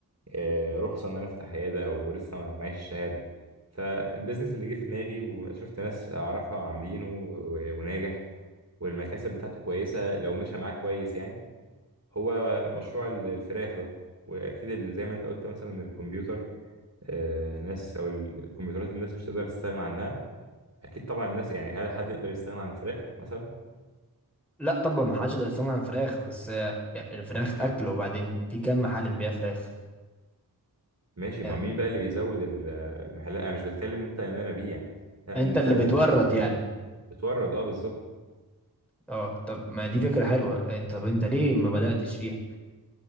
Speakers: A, on the right; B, in the centre.
A: آه، رخصه ان انا افتح عياده او لسه ما- معيش الشهاده فالبيزنس اللي جه في دماغي وشفت ناس اعرفها عاملينه و- وناجح والمكاسب بتاعته كويسه لو مشى معاك كويس يعني هو مشروع ال- الفراخ ده واكيد ال- زي ما انت قلت مثلا الكمبيوتر آه، ناس او ال- الكمبيوترات الناس مش تقدر تستغنى عنها اكيد طبعا الناس يعني هل حد يقدر يستغنى عن الفراخ مثلا
B: لا طبعا ما حدش يقدر يستغنى عن فراخ بس آه، يعني الفراخ أكل وبعدين في كم محل بيبيع فراخ
A: ماشي ما
B: آه،
A: مين بقى اللي بيزود ال- المحلات انا مش بتكلم انت ان انا ابيع لا،
B: انت
A: ان انت
B: اللي بتورد
A: تبقى
B: يعني
A: بتورد اه بالظبط
B: اه طب ما دي فكرة حلوة انت طب انت ليه ما بدأتش فيها